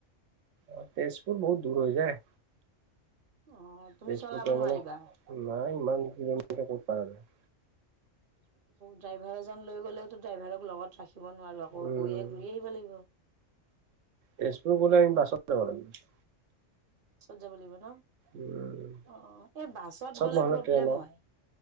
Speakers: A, on the right; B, on the right.
A: অ তেজপুৰ বহুত দূৰ হৈ যায়।
B: অ তুমি
A: তেজপুৰত
B: চলাব নোৱাৰিবা
A: মানে নাই ইমান কিলোমিটাৰ ক'ত পাৰা যাব
B: ড্ৰাইভাৰ এজন লৈ গলেওতো ড্ৰাইভাৰক লগত ৰাখিব নোৱাৰো আকৌ
A: উম
B: গৈয়ে ঘূৰি আহিব লাগিব।
A: তেজপুৰ গলে আমি বাচাত যাব লাগিব।
B: ক'ত যাব লাগিব ন,
A: উম
B: অ অ এ বাছত গলে
A: নহ'লে
B: প্ৰব্লেম
A: ট্ৰেইনত
B: হয়